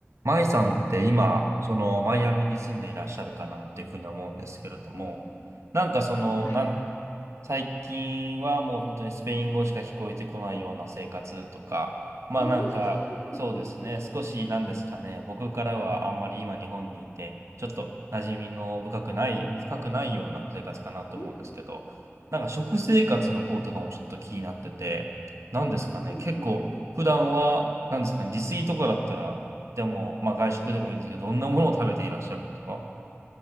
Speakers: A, on the right (about 85°); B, on the left (about 80°).
A: マイさんって今、そのマイアミに住んでいらっしゃるかなっていうふうに思うんですけれども、
B: うん、
A: なんかその、
B: はい。
A: なん、最近はもう本当にスペイン語しか聞こえてこないような生活とか、
B: うん。
A: まあなんか、
B: <laughs>
A: そうですね、少しなんですかね、僕からはあんまり今日本にいて、ちょっと馴染みの深くない、深くないような生活かなと思うんですけど、
B: う
A: なんか食生活の方とかもちょっと気になってて、なんですかね、
B: んうんうん。
A: 結構普段は、なんですかね、自炊とかだったら、でも、まあ外食でもいいんですけど、
B: うん。
A: どんなものを食べていらっしゃるんですか